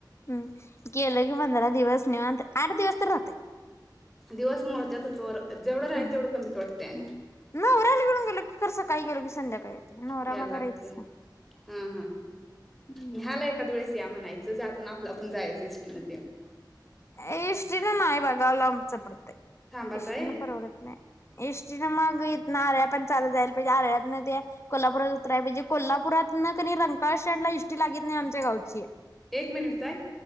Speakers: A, on the left; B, in the centre.
A: हम्म गेलो की पंधरा दिवस निवांत आठ दिवस तर राहतय.
B: दिवस मोडत्यातच वर. जेवढं
A: हम्म
B: राहील तेवढं कमीच वाटतंय आणि
A: हम्म नवऱ्याला घेऊन गेल की कसं सकाळी गेलो की संध्याकाळी येतोय नवरा
B: यायला
A: माझा
B: लागतंय
A: राहीतच नाही.
B: हा हा
A: हम्म
B: न्हयाला एखाद वळेस या म्हणाय च जाताना आपलं आपण जायच एस टी न तेन.
A: एस टी नं नाय बघा लांबच पडतंय
B: थांबा
A: एस
B: ताई
A: टी न परवडत नाय एस टी नं माग इतना आऱ्याप पण चालत जायला पाहिजे आरळ्यातनं त्या कोल्हापुरात उतराय पाहिजे कोल्हापुरातनं कनी रंकाळ स्टॅन्ड ला एस टी लागत नाय आमच्या गावची
B: एक मिनिट ताय